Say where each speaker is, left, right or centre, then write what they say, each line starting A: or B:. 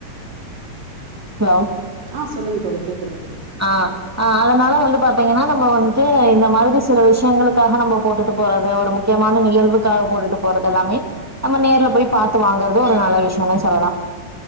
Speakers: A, in the centre; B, on the right (about 85°).
A: ஹலோ
B: ஆ சொல்லுங்க தோழி கேக்குது
A: ஆ ஆ அதனால வந்து பாத்தீங்கனா நம்ம வந்துட்டு இந்த மாதிரி சில விஷ்யங்களுக்காக நம்ம போட்டுட்டு போறது ஒரு முக் கியமான நிகழ்வுக்காக போட்டுட்டு போறதெல்லாமே நம்ம நேர்ல போய் பாத்து வாங்கறது ஒரு நல்ல விஷ்யோனே சொல்லலா